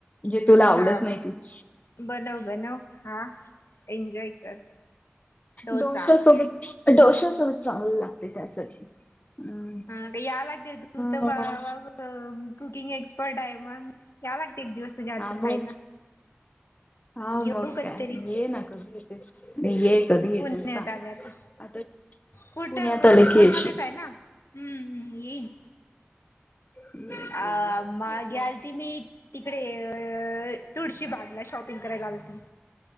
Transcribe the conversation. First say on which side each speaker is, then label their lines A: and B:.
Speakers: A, on the left (about 35°); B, on the left (about 75°).
A: जे तुला आवडत
B: हा
A: नाही तीच.
B: बनव.. बनव.. खा, एन्जॉय कर.. डोसा
A: डोश्या सोबत डोश्यासोबत चांगल लागते त्यासाठी हम्म
B: हा.. या लागते तू तर
A: मग
B: बा.. बा.. कुकिंग एक्सपर्ट आहे, मग याव लागत एक दिवस तुझ्या हातच
A: हा
B: खायला.
A: मग हा..
B: येऊ
A: मग
B: कधीतरी
A: काय, ये.. ना कधी येतस, ये कधी येतेस
B: पुण्यात
A: सांग.
B: आल्या का कुठं
A: पुण्यात
B: म्हणजे
A: आले
B: तू
A: की
B: पुण्यामध्येच
A: येते.
B: आहे ना हम्म.. हम्म.. ई..
A: ये ये
B: अ..
A: ये.
B: मागे
A: मग
B: आलती मी तिकडे अ.. तुळशी बागला शॉपिंग करायला आलती.